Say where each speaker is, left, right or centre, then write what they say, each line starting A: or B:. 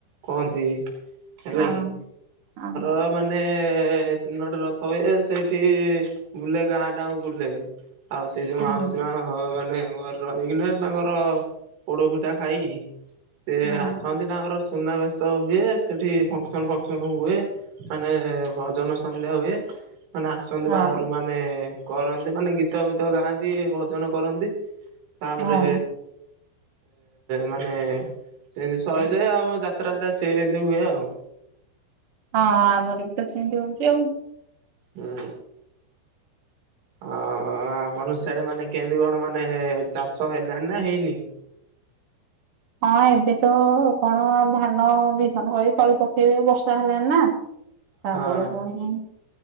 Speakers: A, on the right; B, on the right.
A: କହନ୍ତି ହେଲା
B: ହଁ
A: କି।
B: ହଁ
A: ର ମାନେ ତିନୋଟି ରଥ ହୁଏ ସେଇଠି ବୁଲେ ଗାଆଁଟା ଆଙ୍କ ବୁଲେ। ଆଉ ସେ ଯୋଉ
B: ହଁ
A: ମାଉସୀ
B: ହୁଁ
A: ମା- ହଁ ମାନେ ଘରେ ରହିକିନା ତାଙ୍କର ପୋଡ ପିଠା ଖାଇକି ସେ
B: ହୁଁ
A: ଆସନ୍ତି ତାଙ୍କର ସୁନାବେଶ ହୁଏ, ସେଠି ଫଙ୍କସନ ଫଙ୍କସନ ହୁଏ। ମାନେ ଭଜନ ସନ୍ଧ୍ୟା ହୁଏ, ମାନେ ଆସନ୍ତି
B: ହଁ
A: ବାହାରୁ ମା ମାନେ କରନ୍ତି ମାନେ ଗୀତ ଫିତ ଗାଆନ୍ତି ଭଜନ କରନ୍ତି। ତାପରେ
B: ହଁ
A: ମାନେ ସେମିତି ସରିଯାଏ
B: ହଁ
A: ଆମେ ପତ୍ରା ଟା ସେମିତି ହୁଏ ଆଉ।
B: ହଁ ଆମର ବି ତ ସେମିତି ହଉଛି ଆଉ।
A: ହୁଁ ଆ ଆ ମନଷ୍ୟ ଆଡେ ମାନେ କେମତି କଣ ମାନେ ଚାଷ ହେଲାଣି ନା ହେଇନି?
B: ହଁ ଏବେ ତ କଣ ଧାନ ବିହନ କରି ତଳି ପକେଇବେ ବର୍ଷା ହେଲାଣି ନା। ତାପରେ
A: ହଁ
B: ପୁଣି